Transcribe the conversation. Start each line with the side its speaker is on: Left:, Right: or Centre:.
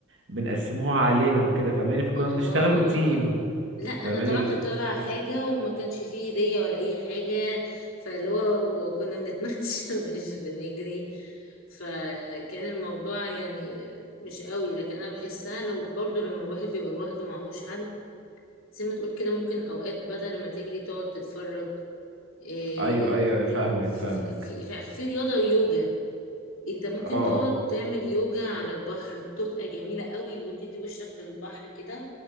Right: بنقسموها علينا وكده فاهماني فكنا
Left: اه
Right: بنشتغلوا تيم
Left: لا انا
Right: فاهماني
Left: طلعت
Right: ال...
Left: طالعه حاجه وما كانش فيه هديه ولا اي حاجه فاللي هو كنا بنتمشى <laughs> مش بنجري فكان الموضوع يعني مش قوي لكن انا بحسها لو برضو لما الواحد بيبقى لوحده معهوش حد زي ما تقول كده ممكن اوقات بدل ما تجري تقعد تتفرج إيه
Right: ايوه ايوه
Left: دي
Right: فاهمك
Left: في
Right: فاهمك
Left: في في رياضه يوجا انت ممكن
Right: اه
Left: تقعد
Right: اه
Left: تعمل يوجا على البحر بتبقى جميلة قوي وتدي وشك للبحر كده